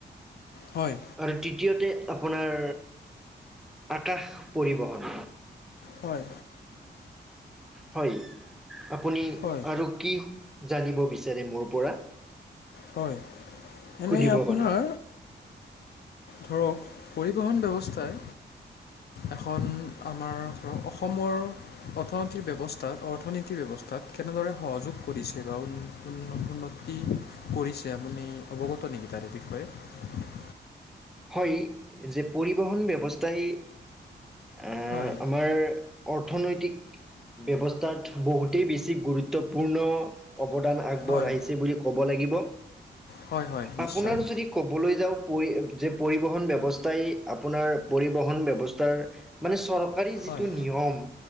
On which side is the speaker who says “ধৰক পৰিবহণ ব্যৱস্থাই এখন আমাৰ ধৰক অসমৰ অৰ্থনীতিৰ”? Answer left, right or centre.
Left